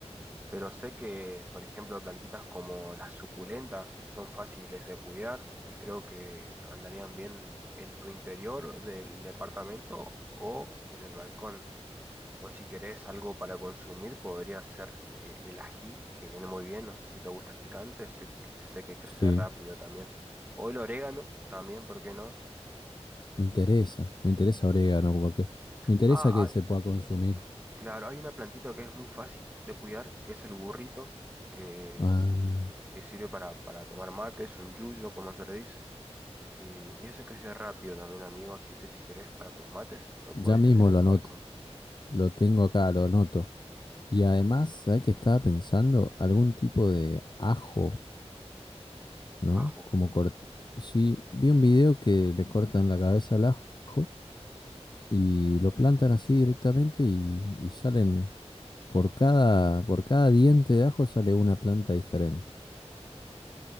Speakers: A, on the right; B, on the left.
A: pero sé que, por ejemplo, plantitas como las suculentas son fáciles de cuidar y creo que andarían bien en tu interior del departamento o en el balcón. O si querés algo para consumir, podría ser eh, el ají, que viene muy bien. No sé si te gusta el picante, sé que, sé que crece
B: Sí,
A: rápido también. O el orégano también, ¿por qué no?
B: me interesa, me interesa orégano porque me interesa
A: Ah,
B: que
A: ah,
B: se pueda consumir.
A: claro, hay una plantita que es muy fácil de cuidar, que es el burrito, que,
B: Ah,
A: que sirve para, para tomar mate, es un yuyo, como se le dice. Y, y ese crece rápido también, amigo, así que si querés para tus mates, lo podés
B: ya mismo
A: tener en
B: lo
A: tu
B: anoto,
A: balcón.
B: lo tengo acá, lo anoto. Y además, ¿sabes qué estaba pensando? Algún
A: Mm.
B: tipo de ajo, ¿no?
A: Ajo,
B: Como cort... Sí, vi un video que le cortan la cabeza al ajo y lo plantan así directamente y, y salen por cada, por cada diente de ajo sale una planta diferente.